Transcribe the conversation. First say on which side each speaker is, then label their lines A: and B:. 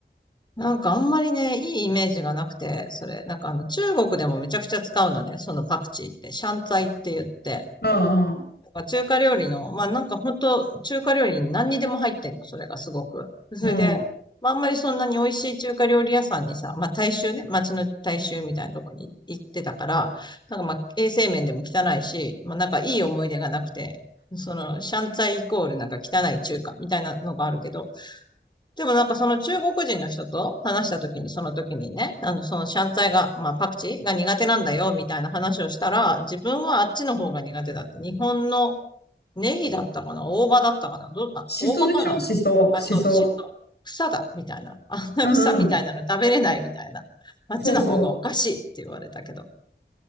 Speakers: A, on the left; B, on the left.
A: なんかあんまりね、いいイメージがなくて、それ、なんかあの中国でもめちゃくちゃ使うのね、そのパクチーって、シャンツァイって言って。
B: うんう
A: なんか中華料理の、まあなんか本当中華料理に何にでも入ってんの、それがすごく。それで、
B: ん。うん。
A: まああんまりそんなに美味しい中華料理屋さんにさ、まあ大衆ね、街の大衆みたいなとこに行ってたから、なんかまあ衛生面でも汚いし、まあなんかいい思い出がなくて、その、シャンツァイイコールなんか汚い中華みたいなのがあるけど、でもなんかその中国人の人と話した時に、その時にね、あの、そのシャンツァイが、まあパクチーが苦手なんだよみたいな話をしたら、自分はあっちの方が苦手だって、日本のネギだったかな大葉だったかなどうだ、
B: シソでしょシソ、
A: 大葉かなあ、
B: シソ。
A: そう、しそ。草だ、みたいな。<laughs> あんな草みたいなの食べれないみたいな。
B: うんうん。
A: あっちの方がおかしいって言われたけど。
B: そうそう。